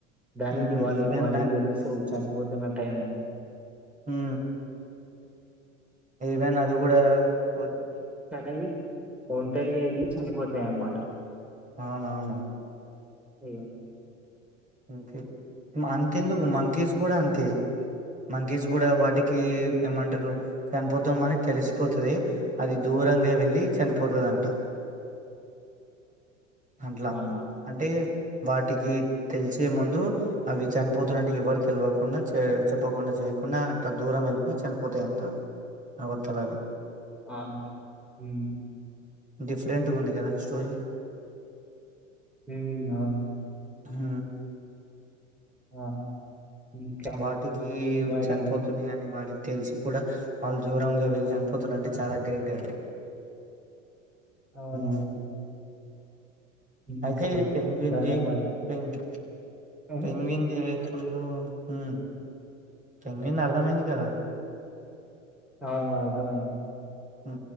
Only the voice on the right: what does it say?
హ్మ్.
ఈవెన్
ఉ ఉ ఈవెన్ అది కూడా వచ్
అవునవును
అంతే అంతెందుకు
మంకీస్ కూడా అంత్ అంటే మనకి చూడ వాటికి కే
ఎమాంటారు చనిపోతాం అని తెలిసిపోతుంది అది దూరంగా వెళ్ళి చనిపోతుంది అంట అంట్లా
అంటే వాటికి తెలిసే ముందు అవి చనిపోతున్నట్టు ఎవరు తెల్వకుండా చె చెప్పకుండా చేయకుండా అంట దూరం వెళ్ళిపోయి చనిపోతాయంట అవి ఆ వద్దల అవి.
డిఫెరెంటుగుంది గదా స్టోరీ
హు
వాటికి
చనిపోతున్నాయి అని వాటికి తెలిసి కూడా వాళ్ళు దూరంగా వెళ్ళి చనిపోతున్నంటే చాలా గ్రేట్ అది
హ్మ్
అయితే ఇది పెంగ్విన్
ది
పెంగ్విన్
పెంగ్విన్ ది ఎత్తు కొందు హు పెంగ్విన్ ది అర్థమైంది కదా
ఉ